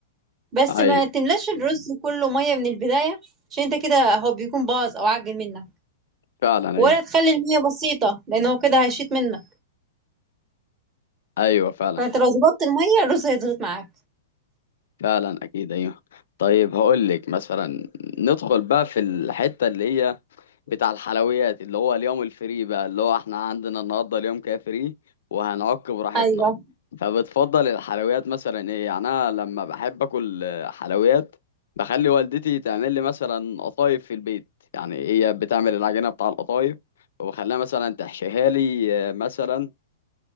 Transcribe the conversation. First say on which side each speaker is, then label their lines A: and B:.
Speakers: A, on the right; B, on the left.
A: بس
B: ايوه
A: ما تملاش الرز كله مية من البداية عشان انت كده هو بيكون باظ أو عجن منك
B: فعلا
A: ولا
B: ايوه
A: تخلي المية بسيطة لأن هو كده هيشيط منك
B: ايوه فعلا
A: فانت لو ظبطت المية الرز هيضغط معاك
B: فعلا اكيد ايوه طيب هقول لك مثلا ندخل بقى في الحته اللي هي بتاع الحلويات اللي هو اليوم الفري بقى اللي هو احنا عندنا النهارده اليوم كده فري وهنعك براحتنا
A: ايوه
B: فبتفضل الحلويات مثلا ايه يعني انا لما بحب اكل آه، حلويات بخلي والدتي تعمل لي مثلا قطايف في البيت يعني هي بتعمل العجينه بتاع القطايف وبخليها مثلا تحشيها لي آه، مثلا